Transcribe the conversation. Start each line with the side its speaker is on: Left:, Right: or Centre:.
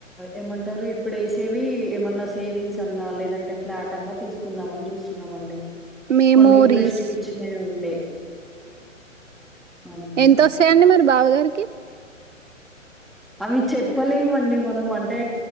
Centre: ఏమంటారు ఇప్పుడు ఎసేవి ఏమన్నా సేవింగ్స్ అన్నా లేదంటే ఫ్లాట్ అన్నా తీసుకుందామని చూస్తున్నామండి
Right: మెమోరీస్
Centre: కొన్ని ఇంట్రెస్ట్ కిచ్చినవి ఉండే అవును
Right: ఎంతొస్తాయండి మరి బావగారు
Centre: అవి చెప్పలేమండి మనం అంటే